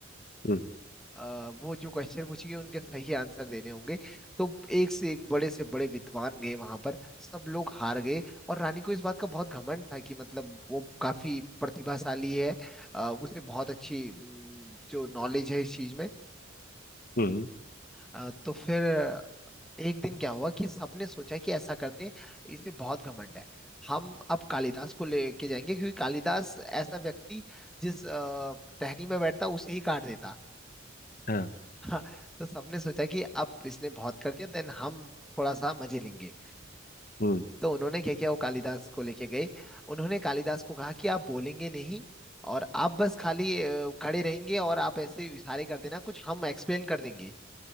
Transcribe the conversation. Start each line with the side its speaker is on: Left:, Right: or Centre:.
Left: हम्म
Centre: अ, वो जो क्वेश्चन पूछेंगे उनके सही आंसर देने होंगे तो एक से एक बड़े से बड़े विद्वान गए वहां पर सब लोग हार गए और रानी को इस बात का बहुत घमंड था कि मतलब वो काफी प्रतिभाशाली है अ, उसे बहुत अच्छी अम, जो नॉलेज है इस चीज में
Left: हम्म
Centre: अ, तो फिर एक दिन क्या हुआ कि सबने सोचा कि ऐसा करते हैं, इसमें बहुत घमंड है हम अब कालिदास को लेके जाएंगे क्योंकि कालिदास ऐसा व्यक्ति जिस अ, टहनी में बैठता उसे ही काट देता
Left: हाँ
Centre: हाँ, तो सबने सोचा कि अब इसने बहुत कर दिया देन हम थोड़ा सा मजे लेंगे
Left: हम्म
Centre: तो उन्होंने क्या किया वो कालिदास को लेके गए उन्होंने कालिदास को कहा कि आप बोलेंगे नहीं और आप बस खाली अ, खड़े रहेंगे और आप ऐसे इशारे कर देना कुछ हम एक्सप्लेन कर देंगे